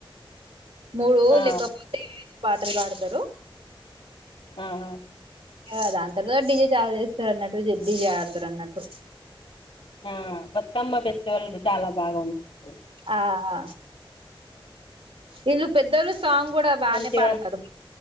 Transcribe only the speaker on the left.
<inaudible>
ఆ
ఆ ఆ
ఆ బతుకమ్మ ఫెస్టివల్ చాలా బాగా ఉంటుంది
మంచిగా